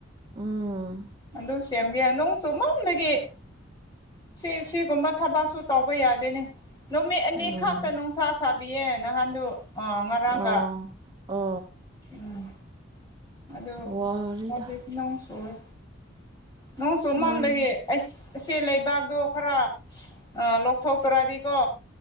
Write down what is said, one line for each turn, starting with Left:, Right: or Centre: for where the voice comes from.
Right: ꯎꯝ
Left: ꯑꯗꯨ ꯁꯦꯝꯒꯦ ꯅꯣꯡ ꯆꯨꯃꯟꯕꯒꯤ ꯁꯤ ꯁꯤꯒꯨꯝꯕ ꯊꯕꯛꯁꯨ ꯇꯧꯕ ꯌꯥꯗꯦꯅꯦ ꯅꯨꯃꯤꯠ ꯑꯅꯤ
Right: ꯎꯝ
Left: ꯈꯛꯇ ꯅꯨꯡꯁꯥ ꯁꯥꯕꯤꯌꯦ ꯅꯍꯥꯟꯗꯨ ꯑ ꯉꯔꯥꯡꯒ
Right: ꯑꯣ ꯑꯣ
Left: ꯎꯝ ꯑꯗꯣ
Right: ꯋꯥꯔꯤꯗ
Left: ꯍꯧꯖꯤꯛ ꯅꯣꯡ ꯆꯨꯌꯦ ꯅꯣꯡ ꯆꯨꯃꯟꯕꯒꯤ
Right: ꯅꯣꯏ
Left: ꯑꯩꯁ ꯁꯦ ꯂꯩꯕꯥꯛꯗꯣ ꯈꯔ ꯂꯧꯊꯣꯛꯇꯔꯗꯤꯀꯣ